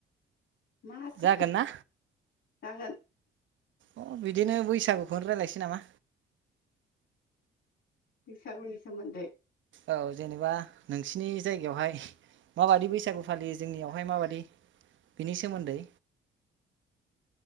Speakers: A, on the left; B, on the right.
A: मा टपिक
B: जागोन ना
A: जागोन?
B: अ बिदिनो बैसागुखौनो रायलायनोसै नामा?
A: बैसागुनि सोमोन्दै?
B: औ जेनेबा नोंसिनि जायगायावहाय माबाददि बैसागु फालियो, जोंनियावहाय माबादि बिनि सोमोन्दै।